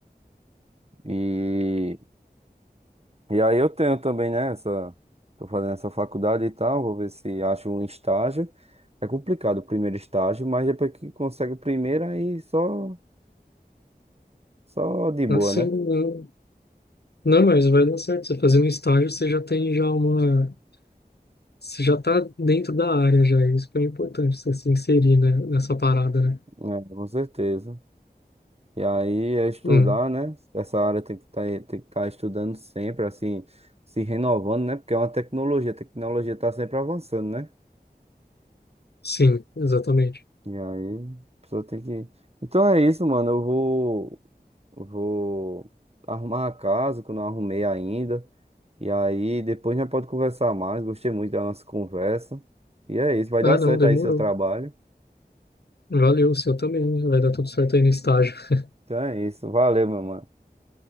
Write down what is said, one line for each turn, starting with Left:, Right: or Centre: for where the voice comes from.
Right: E, e aí eu tenho também, né? Essa, tô fazendo essa faculdade e tal. Vou ver se acho um estágio. É complicado o primeiro estágio, mas depois que consegue o primeiro, aí só, só de boa,
Left: Assim,
Right: né?
Left: não, não, mas vai dar certo, você fazendo estágio, você já tem já uma... Você já tá dentro da área, já, isso que é o importante, você se inserir, né, nessa parada, né?
Right: É, com certeza. E aí é estudar,
Left: Uhum.
Right: né? Essa área tem que tá, tem que estar estudando sempre, assim, se renovando, né? Porque é uma tecnologia, a tecnologia tá sempre avançando, né?
Left: Sim, exatamente.
Right: E aí a pessoa tem que. Então é isso, mano. Eu vou, vou arrumar a casa que eu não arrumei ainda. E aí depois já pode conversar mais. Gostei muito da nossa conversa. E é isso, vai
Left: Ah,
Right: dar certo
Left: não, demorou.
Right: aí seu trabalho.
Left: Valeu, o seu também. Vai dar tudo certo aí no estágio. <laughs>
Right: Então é isso. Valeu, meu mano.